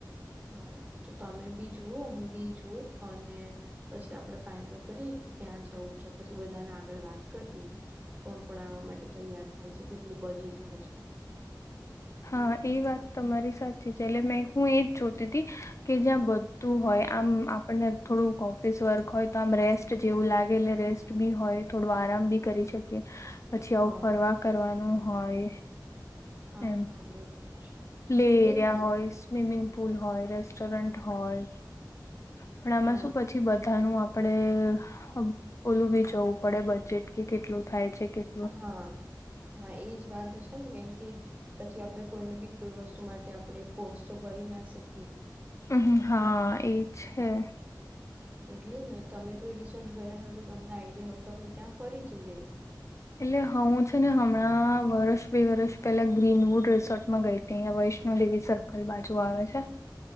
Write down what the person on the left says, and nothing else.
હા, એ વાત તમારી સાચી છે, એટલે મેં હું એજ જોતી તી કે જ્યાં બધું હોય, આમ આપણને થોડુંક ઓફિસ વર્ક હોય તો આમ રેસ્ટ જેવું લાગે એટલે રેસ્ટ ટ બી હોય, થોડું આરામ બી કરી શકીએ, પછી
આવું ફરવા કરવાનું હોય
એમ
પ્લે એરિયા
હોય, સ્વિમિંગ પુલ હોય, રેસ્ટોરન્ટ હોય. પણ આમાં
શું પછી બધાનું આપડે હ ઓલું બી જોવું પડે બજેટ કે કેટલું થાય છે કે
હમ્મ, હા એ છે.
એટલે હું છે, ને હમણાં વર્ષ બે વર્ષ પેલા ગ્રીનવુડ રિસોર્ટમાં ગઈ અહિયાં વૈષ્ણોદેવી સર્કલ બાજુ આવે છે.